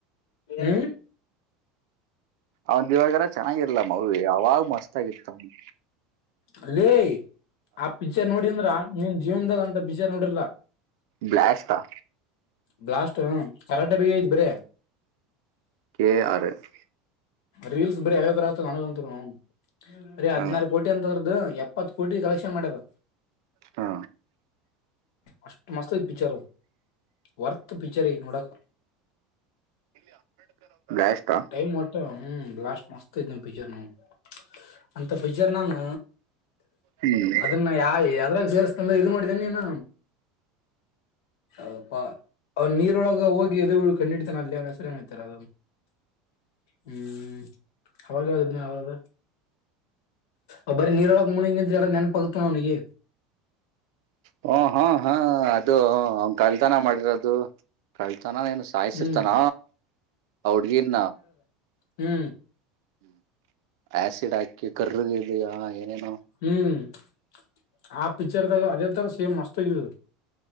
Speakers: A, on the left (about 75°); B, on the right (about 70°).
A: ಏನ್
B: ಅವಂದ ಹೇಳಿದರ ಚೆನ್ನಾಗಿರ್ಲ ಮವಿ ಅವಾಗ ಮಸ್ತ್ ಆಗಿತ್ತ ಅವಂದ
A: ಅಲ್ಲೇ ಆ ಪಿಚ್ಚರ್ ನೋಡಿ ಅಂದ್ರ ನಿನ್ ಜೀವನ್ದಾಗ ಅಂತ ಪಿಕ್ಚರ್ ನೋಡಿರ್ಲ್ಲ.
B: ಬ್ಲಾಸ್ಟ್ ಆ
A: ಬ್ಲಾಸ್ಟ್ ಹ ಕರಟೆ ಬಗ್ಗೆ ಐತಿ ಬರೆ
B: ಕೆ ಆರ್ ಎಸ್
A: ರೀಲ್ಸ್ ಬರೀ ಅವೇ ಬರಕತವ ಅನಂತರುನೂ ಬರೆ ಹದನಾರು
B: ಹ
A: ಕೋಟಿ ಅಂತದ್ರ ಅದು ಎಪ್ಪತ್ ಕೋಟಿ ಕಲೆಕ್ಷನ್ ಮಾಡದ
B: ಹ
A: ಅಷ್ಟು ಮಸ್ತ್ ಪಿಕ್ಚರ್ ಅ ವರ್ತ್ ಪಿಕ್ಚರ್ ಐತಿ ಈ ನೋಡಕ್
B: <unintelligible> ಗಯಷ್ಟ
A: ಟೈಮ್ ಒಟ್ಟ ಹ್ಮ್ ಲಾಸ್ಟ್ ಮಸ್ತ್ ಐತ್ ಪಿಚ್ಚರ್ ನೌನ ಅಂತ ಪಿಚ್ಚರ್ ನಾನು
B: ಹ್ಮ್
A: ಅದನ್ನ ಯಾ ಯದ್ರಾಗ ಸೇರ್ಸ್ತತನ ಇದು ನೋಡಿದ ನೀನ ಯಾವುದಪ್ಪ ಅವರು ನೀರೊಳಗ ಹೋಗಿ ಎದುರ ಹೇಗಿ ಕಂಡಿಡಿತಾನ ಅಲ್ಲಿ ಅದು ಹೆಸರು ಏನತಲ್ಲಾ ಹ್ಮ್ ಅವಾಗ ಹೇಳಿದನ ಅವರು ಅ ಬರೀ ನೀರೊಳಗೆ ಮುಳುಗಿ ನಿಂತರ ಎಲ್ಲ ನೆನಪಗತನ್ ಅವನಿಗೆ
B: ಹಓ ಹಾ ಹಾ ಅದು ಅವ ಕಲ್ತಾನ ಮಾಡಿರೋದು ಕಲ್ತ ತಾನ ಏನ್ ಸಾಯಿಸಿರ್ತಾನ
A: ಹ್ಮ್
B: ಆ ಹುಡ್ಗೀನ
A: ಹೂ
B: ಹ್ಮ್ ಆಸಿಡ್ ಹಾಕಿ ಕರ್ರಿಗೆ ಇದೆಯಾ ಏನೇನು
A: ಹೂಆ ಪಿಕ್ಚರ್ದಗ ಅದೆತರ ಸೇಮ್ ಮಸ್ತ್ ಆಗಿದ್ರ